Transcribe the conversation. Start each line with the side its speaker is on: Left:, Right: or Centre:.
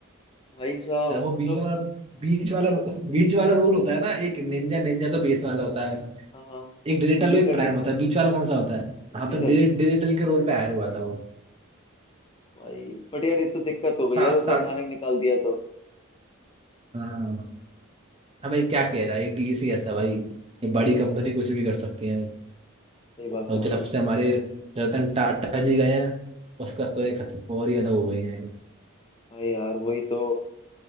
Left: भाई साहब
Right: अब वो बीच
Left: मतलब
Right: वाला बीच वाला बीच वाला रोल होता है ना एक निंजा निंजा तो बेस वाला होता है
Left: हाँ हाँ
Right: एक डिजिटल
Left: Digital
Right: एक प्राइम
Left: digital
Right: होता है बीच वाला कौन सा होता है हाँ
Left: डिजिटल
Right: तो डिजि- डिजिटल के रोल पे आया हुआ था वो
Left: भाई बट यार ये तो दिक्कत हो गई
Right: सात
Left: यार उसे
Right: साढ़े
Left: अचानक निकाल दिया तो
Right: हाँ अब भाई क्या किया जाए ये टीसी ऐसा भाई ये बड़ी कंपनी कुछ भी कर सकती है
Left: सही बात
Right: और
Left: है
Right: जब
Left: भाई
Right: से हमारे रतन टाटा जी गए हैं उसका तो एक हद और ही अलग हो गई है
Left: भाई यार वही तो